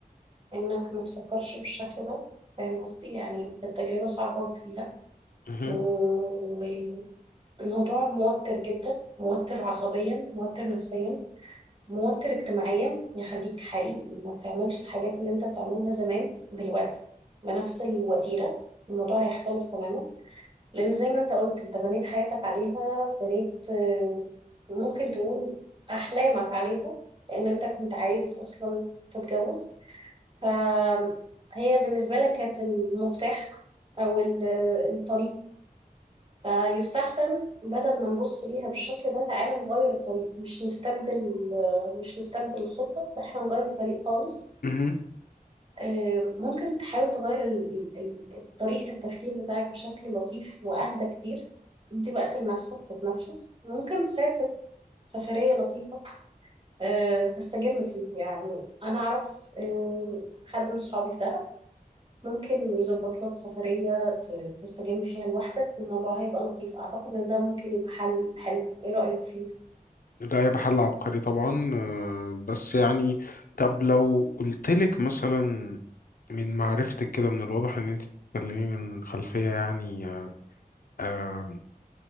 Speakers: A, on the right; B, on the left.
A: إنك ما تفكرش بالشكل ده فاهم قصدي يعني التجربة صعبة وتقيلة
B: مهم.
A: والموضوع موتر جدا موتر عصبيا موتر نفسيا موتر اجتماعيا يخليك حقيقي ما بتعملش الحاجات اللي انت بتعملها زمان دلوقتي بنفس الوتيرة الموضوع هيختلف تماما لأن زي ما انت قلت انت بنيت حياتك عليها بنيت آه، ممكن تقول أحلامك عليها لأن انت كنت عايز أصلا تتجوز فهي بالنسبة لك كانت المفتاح أو ال- الطريق فيستحسن بدل ما نبص ليها بالشكل ده تعالى نغير الطريق مش نستبدل مش نستبدل الخطة لا احنا نغير الطريق خالص
B: مهم.
A: آه، ممكن تحاول تغير ال- ال- ال- طريقة التفكير بتاعك بشكل لطيف وأهدى كتير ادي وقت لنفسك تتنفس ممكن تسافر سفرية لطيفة آه، تستجم فيها يعني أنا أعرف آه، حد من صحابي في دهب ممكن يظبط لك سفرية تستجم فيها لوحدك والموضوع هيبقى لطيف أعتقد إن ده ممكن يبقى حل حلو إيه رأيك فيه؟
B: ده يبقى حل عبقري طبعا آه، بس يعني طب لو قلتلك مثلا من معرفتك كده من الواضح ان انت بتتكلمي من خلفية يعني آه،